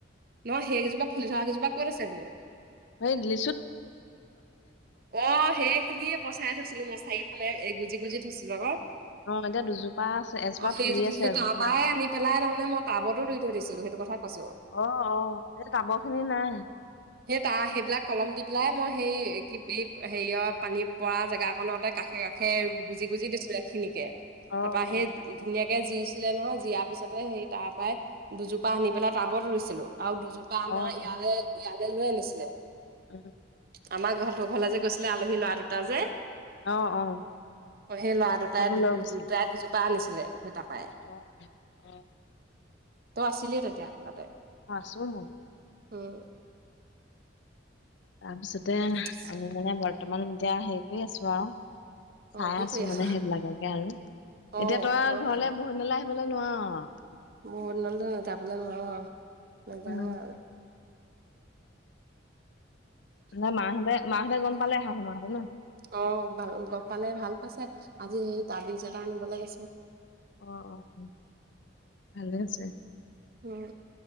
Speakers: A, on the right; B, on the left.
A: নহয়, সেইকেইজোপা ফুলি থকা কেইজোপা ক'ত আছে বোলো।
B: সেই দি
A: অ', সেইখিনিয়েই পচাই থৈছিলোঁ মই, চাৰিওফালে গুজি গুজি। থৈছিলোঁ আকৌ।
B: অ এতিয়া দুজোপা আছে এজোপা
A: অ', সেই
B: ফুলি আছে
A: সেইপৰাই
B: এজোপা নাই ফুলা।
A: আনি পেলাই, তাৰমানে মই টাবতো ৰুই থৈ দিছিলোঁ সেই এইটো কথাই কৈছোঁ।
B: অ অ এই টাবৰ খিনি নাই
A: সেই তাৰ সেইবিলাক কলম দি পেলাই, মই হেৰি কি এই হেৰিয়ৰ পানী পৰা জেগাকণতেই কাষে কাষে গুজি গুজি দিছোঁ, এইখিনিকেই।
B: অ
A: তাৰপৰা সেই
B: অ
A: ধুনীয়াক তে জিছিলে নহয়, জিয়াৰ পিছতেই সেই তাৰ পৰাই দুজোপা আনি পেলাই টাবত ৰুইছিলোঁ। আৰু দুজোপা আমাৰ
B: অ
A: ইয়ালে
B: অ
A: ইয়ালে লৈ আনিছিলে।
B: উম।
A: আমাৰ ঘৰলে যে গৈছিলে আলহী লৰা দুটা যে।
B: অ', অ'।
A: অ', সেই লৰা দুটাই,
B: ভাবি লৈ
A: দু
B: গৈছিলো
A: দুটাই দুজোপা আনিছিলে, সেই তাৰপৰাই।
B: অ অ
A: তই আছিলিয়েই তেতিয়া তাতেই।
B: চুমু
A: উম।
B: তাৰপিছতে আনি
A: তাৰপিছত
B: মানে, বৰ্তমান এতিয়া হেৰি কৰি আছো আৰু।
A: অ
B: চাই
A: কি
B: আছোঁ,
A: কৰি আছ?
B: মানে সেইবিলাককে আৰু,
A: অ',
B: এতিয়া তই
A: বৰ
B: ঘৰলে
A: ভাল লাগে,
B: বহুতদিনলৈ আহিবলৈ নোৱাৰ আৰু।
A: বহুত দিনলৈ যাবলে নোৱাৰোঁ আৰু, নাযাওঁ
B: উম
A: আৰু।
B: নহয়, মা হঁতে, মা হঁতে গম পালে, শাহু মা হঁতে ন'?
A: অ', বাৰু, গম পালে ভাল পাইছে, আজি সেই তাবিজ এটা আনিবলৈ গৈছে।
B: অ', অ', ভালেই হৈছে।
A: উম,